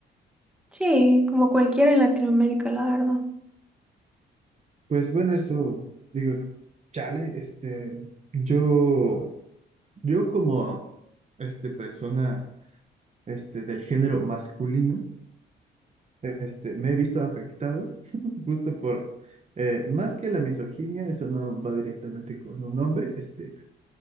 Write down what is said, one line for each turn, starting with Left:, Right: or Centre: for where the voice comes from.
Centre: Sí, como cualquiera en Latinoamérica, la verdad.
Right: Pues bueno, eso digo, chale, este, yo, yo como, este, persona, este, del género masculino. este, me he visto afectado <laughs> justo por, eh, más que la misoginia, eso no va directamente con un hombre, este,